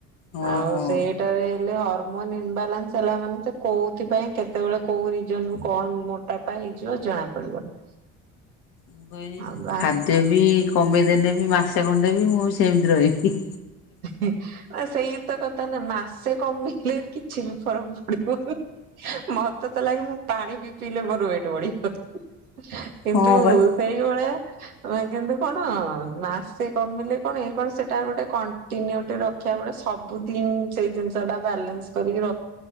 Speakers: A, on the left; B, on the right.
A: ହଁ
B: ଆଉ
A: ହଁ।
B: ସେଇଟାରେ ହେଲେ - ଇନବାଲାନ୍ସ ହେଲା ମାନେ ତ କୋଉଥି ପାଇଁ କେତେ ବେଳେ କୋଉ ରିଜନ୍ ରୁ କଣ - ତା ପାଇଁ ହେଇଯିବ ଜଣା ପଡିବନି।
A: ମୁଁ କହିଲି
B: ଆଉ ବା
A: ଖାଦ୍ୟ ବି କମେଇଦେଲେବି ମାସେ ଖଣ୍ଡେ ବି ମୁଁ ସେମିତି ରହିବି।
B: ନା ସେଇ ତ କଥା ନା ମାସେ କମେଇଲେ କିଛି ବି ଫରକ୍ ପଡିବନି। ମତେ ତ ଲାଗେ ମୁଁ ପାଣି ବି ପିଇଲେ ମୋର ୱେଟ୍ ବଢିଯାଉଛି କିନ୍ତୁ
A: ହଁ ବା।
B: - ସେଇଭଳିଆ ତମେ କିନ୍ତୁ କଣ ମାସେ କମିଲେ କଣ ଏଇ କଣ ସେଟା ଗୋଟେ- ଦିନେ ଗୋଟେ ରକ୍ଷା ମିଳେ ସବୁଦିନ ସେଇ ଜିନିଷଟା ବାଲାନ୍ସ କରିକି -